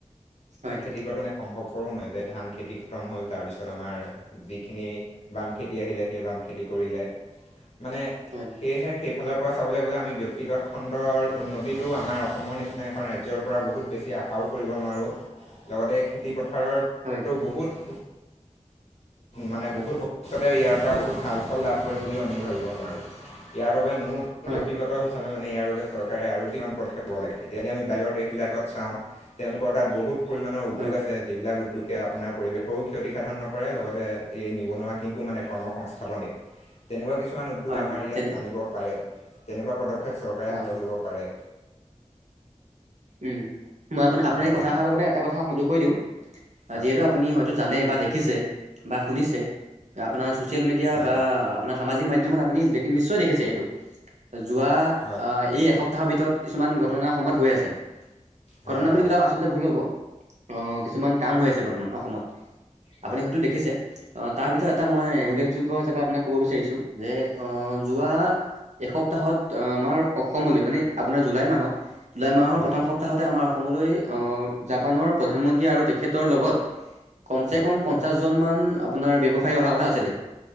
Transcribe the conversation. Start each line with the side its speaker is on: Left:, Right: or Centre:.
Right: হয়,
Left: খেতি কতো নে সম্ভৱপৰো নহয় যে ধান খেতি খতম হ'ল তাৰপিছত আমাৰ যিখিনি বাম খেতি আহিলে সেই বাম খেতি কৰিলে মানে
Right: হয়
Left: সেয়েহে সেইফালৰ পৰা চাবলৈ গ'লে আমি ব্যক্তিগত খণ্ডৰ উন্নতিটো আমাৰ অসমৰ নিচিনা এখন ৰাজ্যৰ পৰা বহুত বেছি আশাও কৰিব নোৱাৰোঁ লগতে খেতি পথাৰতো
Right: হয়,
Left: বহুত মানে বহুত ভৱিষ্যতে ইয়াৰ পৰা বহুত ভাল ফল লাভ কৰিম বুলিও আমি ভাবিব নোৱাৰোঁ ইয়াৰ বাবে মোৰ
Right: হয়,
Left: ব্যক্তিগত হৈছে হিচাপে মানে ইয়াৰ বাবে চৰকাৰে আৰু কিমান পদক্ষেপ লব লাগে এতিয়া আমি বাহিৰৰ দেশবিলাকত চাওঁ তেওঁলোকৰ তাত বহুত পৰিমাণৰ উদ্যোগ
Right: হয়,
Left: আছে যিবিলাক উদ্যোগে আপোনাৰ পৰিৱেশৰো ক্ষতিসাধন নকৰে কৰে লগতে এই নিবনুৱা কিকো মানে কৰ্ম সংস্থাপন দিয়ে তেনেকুৱা কিছুমান উদ্যোগ
Right: হয়,
Left: আমাৰ
Right: হয়,
Left: ইয়াত
Right: যেনে
Left: আনিব পাৰে তেনেকুৱা পদক্ষেপ পদক্ষেপ চৰকাৰে
Right: হয়,
Left: হাতত ল'ব পাৰে
Right: উম মই আপুনি
Left: হয়
Right: এই কথাষাৰ লগতে এটা কথা সুযোগ কৰি দিওঁ
Left: হয়
Right: যিহেতু আপুনি হয়তো জানে বা দেখিছে বা শুনিছে আপোনাৰ ছ'চিয়েল মিডিয়া
Left: হয়
Right: বা আপোনাৰ সামাজিক মাধ্যমত আপুনি নিশ্চয় দেখিছে সেইটো যোৱা
Left: হয়
Right: আহ এই এসপ্তাহ সপ্তাহৰ ভিতৰত কিছুমান ঘটনা অসমত হৈ আছে
Left: হয়
Right: ঘটনা
Left: হয় হয়
Right: বুলি কলেও আচলতে ভুল হ'ব অহ কিছুমান কাম হৈ আছে বৰ্তমান অসমত
Left: হয়
Right: আপুনি
Left: হয়
Right: হয়তো দেখিছে অহ তাৰ ভিতৰত এটা মই উল্লেখযোগ্য হিচাপে মই আপোনাক ক'ব বিচাৰিছোঁ যে অহ যোৱা এসপ্তাহত আমাৰ অসমলৈ মানে আপোনাৰ জুলাই মাহত জুলাই মাহৰ
Left: হয়
Right: প্ৰথম সপ্তাহতে আমাৰ অসমলৈ জাপানৰ প্ৰধানমন্ত্ৰী আৰু তেখেতৰ লগত কম চে
Left: হয়
Right: কম পঞ্চাশ জন মান আপোনাৰ ব্যৱসায়ী অহা কথা আছিলে